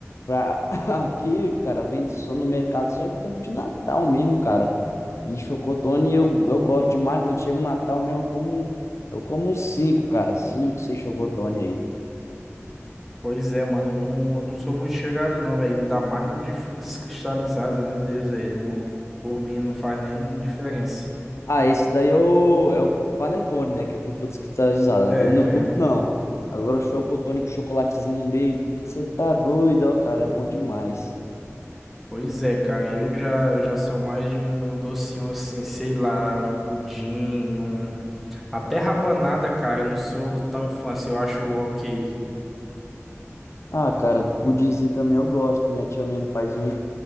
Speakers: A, on the left; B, in the centre.
A: pra... <laughs> aqui, cara, vende só no mercado só em tempo de Natal mesmo, cara. E chocotone eu, eu gosto demais, quando chega o Natal mesmo, eu como, eu como uns cinco, cara, cinco, seis chocotone aí.
B: Pois é, mano, eu não, eu não sou muito chegado, não, velho. Ainda mais no de frutas cristalizadas, meu Deus, velho. Não, por mim não faz nem diferença.
A: Ah, esse daí é o, é o panetone, né? Que é com frutas cristalizadas.
B: É,
A: né?
B: é.
A: Também não curto, não. Agora o chocotone com chocolatezinho no meio. Você tá doido, ó, cara. É bom demais.
B: Pois é, cara, eu já, eu já sou mais de um docinho assim, sei lá, um pudim, um Até rabanada, cara, eu não sou tão fã, assim, eu acho ok.
A: Ah, cara, pudinzinho também eu gosto. Minha tia mesmo faz um